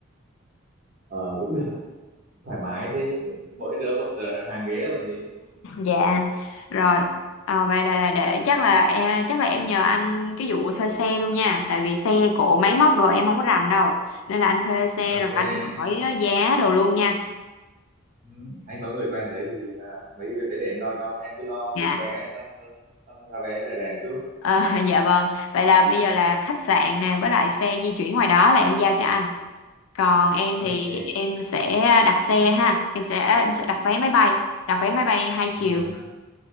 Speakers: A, on the right (about 40°); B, on the left (about 75°).
A: ờ, cũng được thoải mái thế mỗi đứa một ờ, hàng ghế rồi còn gì
B: Dạ, rồi. Ờ, vậy là để chắc là em chắc là em nhờ anh cái vụ thuê xe luôn nha, tại vì xe cộ máy móc đồ em không có rành đâu. Nên là anh thuê xe
A: ok
B: rồi anh hỏi giá đồ luôn nha.
A: ừ. anh có người quen đấy thì à, mấy cái việc đấy để anh lo cho em cứ lo
B: Dạ.
A: book vé săn săn giá vé rẻ rẻ chút
B: Ờ, <laughs> dạ vâng. Vậy là bây giờ là khách sạn nè với lại xe di chuyển ngoài đó là em giao cho anh. Còn em
A: ok
B: thì em sẽ đặt xe ha, em sẽ em sẽ đặt vé máy bay, đặt vé máy bay hai chiều.
A: em là vé năm